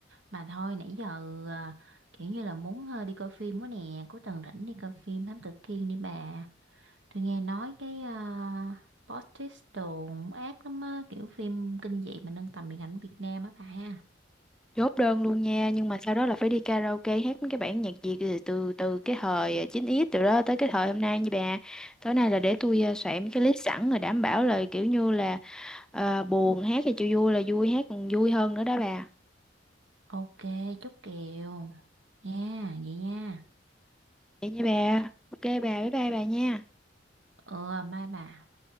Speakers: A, on the right; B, in the centre.
A: mà thôi nãy giờ à, kiểu như là muốn ờ, đi coi phim quá nè cuối tuần rảnh đi coi phim Thám Tử Kiên đi bà Tôi nghe nói cái uh, plot twist đồ cũng ác lắm á, kiểu phim kinh dị mà nâng tầm điện ảnh Việt Nam á bà.
B: chốt đơn luôn nha nhưng mà sau đó là phải đi karaoke hát mấy cái bản nhạc Việt từ từ từ cái thời chín x từ đó tới cái thời hôm nay như bà tối nay là để tôi ờ, soạn mấy cái list sẵn rồi đảm bảo là kiểu như là ờ, buồn hát thì chịu vui là vui hát còn vui hơn nữa đó bà
A: Ok, chốt kèo. Nha, vậy nha.
B: Vậy nha bà. Ok bà, bye bye bà nha.
A: Ừ, bye bà.